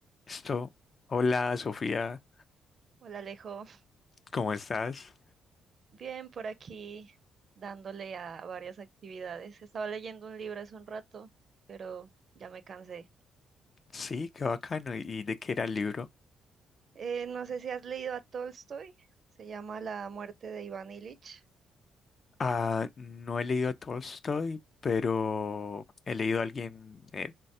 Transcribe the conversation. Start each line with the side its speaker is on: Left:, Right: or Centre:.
Left: Esto, hola Sofía,
Right: Hola Alejo,
Left: ¿cómo estás?
Right: bien por aquí dándole a varias actividades. Estaba leyendo un libro hace un rato, pero ya me cansé.
Left: Sí, qué bacano. ¿Y de qué era el libro?
Right: Eh, no sé si has leído a Tolstoy, se llama La muerte de Iván Ilich.
Left: Ah, no he leído a Tolstoy, pero he leído a alguien eh,